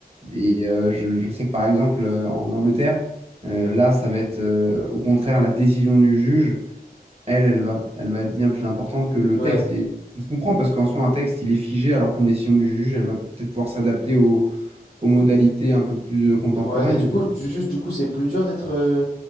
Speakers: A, on the right; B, on the left.
A: Et euh, je, je sais que, par exemple, euh, en Angleterre, euh, là, ça va être euh, au contraire la décision du juge elle, elle va, elle va être bien plus importante que le
B: ouais,
A: texte. Et ça se comprend parce qu'en soi, un texte, il est figé, alors qu'une décision du juge, elle va peut-être pouvoir s'adapter aux, aux modalités un peu plus euh, contemporaines.
B: ouais. Et du coup, ju- juste du coup, c'est plus dur d'être euh,